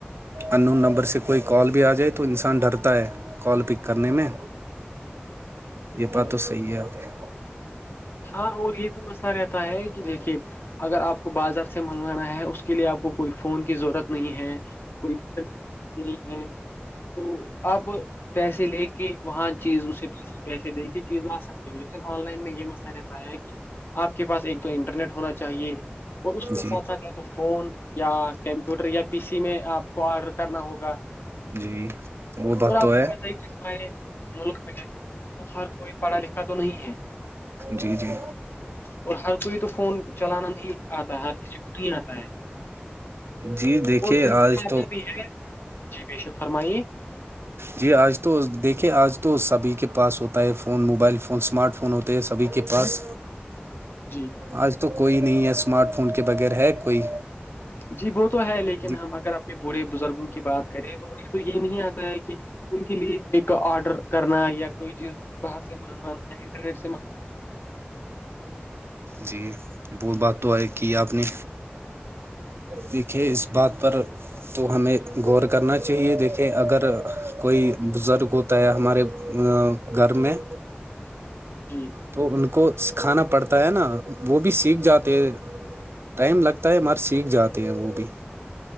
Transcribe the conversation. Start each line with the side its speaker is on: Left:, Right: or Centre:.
Right: انون نمبر سے کوئی کال بھی آ جائے تو انسان ڈرتا ہے کال پک کرنے میں
Left: نا
Right: یہ ب تو صحیح ہے آپ
Left: ہاں اور یہ بھی مسئلہ رہتا ہے کہ دیکھیے اگر آپ کو بازار سے منگوانا ہے اس کے لیے آپ کو کوئی فون کی ضرورت نہیں ہے کوئی نہیں ہے تو آپ پیسے لے کے وہاں چیز اسےی پیسے دے کے چیز وہاں سک لیکن آن لائن میں یہ مسلہ رہتا ہے کہ آپ کے پاس ایک تو انٹرنیٹ ہونا چاہیے اور اس کے
Right: جی
Left: ساتھ ساتھ یا تو فون یا کمپیوٹر یا پی سی میں آپ کو آرڈر کرنا ہوگا
Right: جی وہ بات
Left: اور آپ
Right: تو
Left: کو پت ہے کہ ہمارے ملک میں تو ہر کوئی پڑھا لکھا تو نہیں ہے
Right: جی جی
Left: اور ہر کوئی تو فون چلانا نہیں آتا ہر کسی کو نہیں آتا ہے
Right: جی دیکھیے
Left: اور جن
Right: آج
Left: کو خاطہ
Right: تو
Left: بھی ہے جی بے شک فرمائیے
Right: جی آج تو دیکھے آج تو سبھی کے پاس ہوتا ہے phone mobile phone smart phone ہو سبھی کے پاس
Left: جی
Right: آج تو کوئی نہیں ہے اسمارٹ فون کے بغیر ہے کوئی
Left: جی وہ تو ہے لیکن
Right: جی
Left: ہم اگر اپنے بوڑے بزرگوں کی بات کریں تو انہیں تو یہ نہیں آتا ہے کہ ان کے لیے ایک آڈر کرنا یا کوئی چیز بہر سے انٹرنیٹ سے
Right: جی ب بات تو آئی کی ہے آپ نے دیکھیے اس بات پر تو ہمیں غور کرنا چاہیے دیکھے اگر کوئی بزرگ ہو ہوتا ہے ہمارے گھر میں
Left: جی
Right: تو ان کو سکھانا پڑتا ہے نا وہ بھی سیکھ جاتے ٹائم لگتا ہے مر سیکھ جاتے ہیں وہ بھی